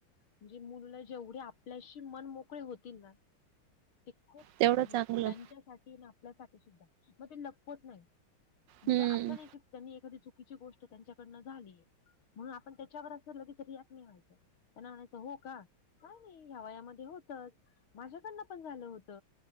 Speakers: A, on the left; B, on the right.
A: म्हणजे मुल जेवढे आपल्याशी मन मोकळे होतील ना ते खूप
B: तेवढं
A: चांगली आहे.
B: चांगलं
A: त्यांच्यासाठी आणि आपल्यासाठी सुद्धा. मग ते लपवत नाही. म्हणजे
B: हम्म.
A: अस नाही कि त्यांनी एखादी चुकीची गोष्ट त्यांच्याकडन झाली. म्हणून आपण त्याच्यावर अस लगेच रिॲक्ट नाही व्हायच. त्यांना म्हणायच हो का. काय नाही या वयामध्ये होतच माझ्याकडन पण झाल होत.